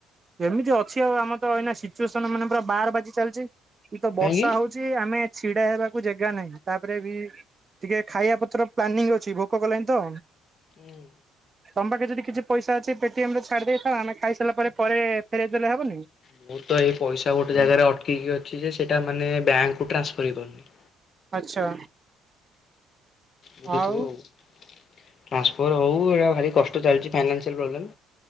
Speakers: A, on the right; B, on the left.
A: ଏମିତି ଅଛି ଆଉ ଆମର ତ ଏଇନା ସିଚୁଏସନ୍ ମାନେ ପୁରା ବାର ବାଜି ଚାଲଚି ଏ ତ
B: କାହିଁକି?
A: ବର୍ଷା ହଉ ଚି ଆମେ ଛିଡ଼ା ହେବାକୁ ଜେଗା ନାହିଁ ତାପରେ ବି ଟିକେ ଖାଇବା ପତ୍ର ପ୍ଲାନିଂ ଅଛି ଭୋକ କଲାଇଁ ତ।
B: ହୁଁ।
A: ତମ ପାଖେ ଯଦି କିଛି ପଇସା ଅଛି ପେଟିଏମ୍ ରେ ଛାଡ଼ି ଦେଇଥାଅ ଆମେ ଖାଇସାଇଲା ପରେ ଫେରେଇ ଦେଲେ ହବନି?
B: ମୁଁ ତ ଏଇ ପଇସା ଗୋଟେ ଜାଗାରେ ଅଟକିକି ଅଛି ଯେ ସେଟା ମାନେ ବ୍ୟାଙ୍କ୍ କୁ ଟ୍ରାନ୍ସଫର୍ ହେଇପାରୁନି।
A: ଆଚ୍ଛା।
B: ବୁଝୁଥୁବ
A: ଆଉ
B: ଉ ଟାନ୍ସଫର୍ ହଉ ଏରା ଭାରି କଷ୍ଟ ଚାଲିଛି ଫାଇନାନ୍ସିଆଲ ପ୍ରୋବ୍ଲେମ୍